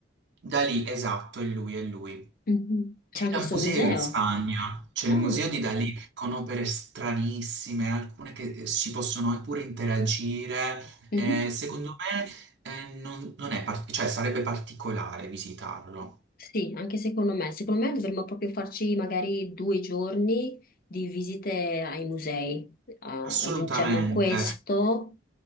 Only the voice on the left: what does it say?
Mhm. C'è
anche
il suo
museo.
Ah,
mhm.
Sì, anche secondo me. Secondo me dovremmo proprio farci magari due giorni di visite ai musei. Ah,
aggiungiamo questo,